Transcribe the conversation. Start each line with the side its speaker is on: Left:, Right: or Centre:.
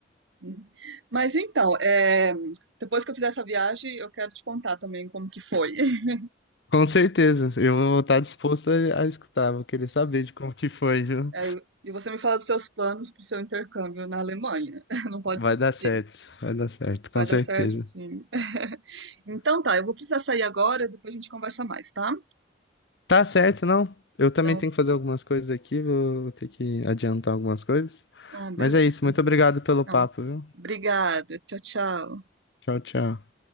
Right: Uhum. Mas então, é, depois que eu fizer essa viagem, eu quero te contar também como que foi. <laughs>
Left: Com certeza, eu vou estar disposto a, a escutar, vou querer saber de como que foi, viu?
Right: É, e você me fala dos seus planos para o seu intercâmbio na Alemanha. <laughs> Não pode
Left: Vai
Right: desistir.
Left: dar certo, vai dar certo, com
Right: Vai
Left: certeza.
Right: dar certo, sim. <laughs> Então tá, eu vou precisar sair agora, depois a gente conversa mais, tá?
Left: Tá certo, não. Eu também
Right: Então,
Left: tenho que fazer algumas coisas aqui, vou ter que adiantar algumas coisas.
Right: ah, beleza.
Left: Mas é isso, muito obrigado pelo
Right: Então,
Left: papo, viu?
Right: obrigada. Tchau, tchau.
Left: Tchau, tchau.